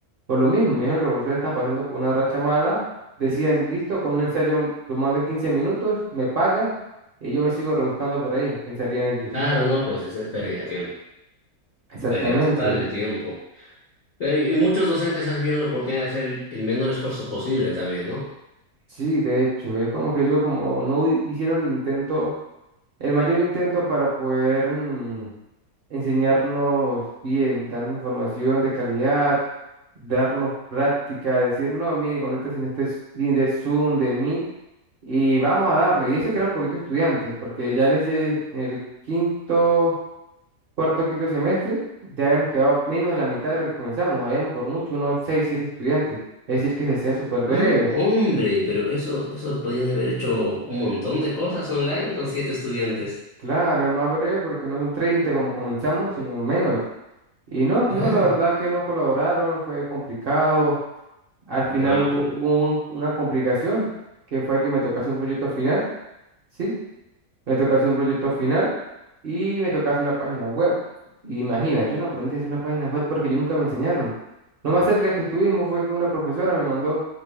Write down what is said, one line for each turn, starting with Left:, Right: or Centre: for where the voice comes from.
Right: Por lo mismo, me dijeron que los profesores están pasando por una racha mala. Decían, listo, con un ensayo lo mando en 15 minutos, me pagan y yo me sigo rebuscando por ahí, pensarían ellos.
Left: Claro, no, pues es es pérdida de tiempo,
Right: Exactamente.
Left: pérdida total de tiempo. Pero, y, y muchos docentes tienen la oportunidad de hacer el, el menor esfuerzo posible también, ¿no?
Right: Sí, de hecho, es como que yo como no hu- hicieron el intento, el mayor intento para poder... mm, enseñarnos bien, darnos información de calidad, darnos práctica, decir, no, mire, conéctate en este s- link de Zoom, de Meet, y vamos a darle. Y eso que era un poquito estudiantes, porque ya en ese, en el quinto, cuarto, quinto semestre, ya habíamos quedado menos de la mitad de lo que comenzamos, habíamos por mucho unos seis, siete estudiantes. Es decir, que se hacía súper breve.
Left: Ah, hombre, pero eso, eso podían haber hecho un montón de cosas online con siete estudiantes.
Right: Claro, es más breve porque no son 30 como comenzamos, sino menos. Y no,
Left: Claro.
Right: no, la verdad que no colaboraron, fue complicado. Al final
Left: No,
Right: hubo,
Left: pues,
Right: hubo un- una complicación, que fue que me tocase un proyecto final, ¿sí? Me tocase un proyecto final y me tocase una página web. Y imagina, yo no aprendí a hacer una página web porque yo nunca me enseñaron. Lo más cerca que estuvimos fue que una profesora me mandó